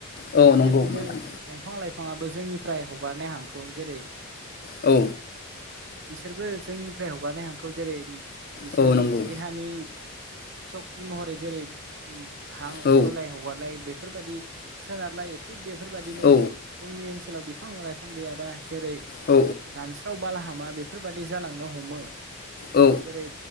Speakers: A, on the left; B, on the right.
A: औ
B: थिग
A: नंगौ
B: बिब्दिनो
A: नोंथां
B: दंफां लाइ फाङाबो जोंनिफ्राय हगारनाय हांखौ जेरै
A: औ
B: बिसोरबो जोंनिफ्राय हगारनाय हांखौ जेरै बिसोरबो
A: औ नंगौ
B: देहानि सक्ति महरै जेरै उम हां
A: औ
B: बोलाय हगारलाय बेफ बेफोरबायदि सोनारलाय थिग बेफोरबायदिनो
A: औ
B: जोंनि ओनसो ओनसोलाव बिफां लाइफां गैयाबा जेरै
A: औ
B: रानस्राव बालाहामा बेफोरबायदि जालांनो हमो
A: औ
B: जेरै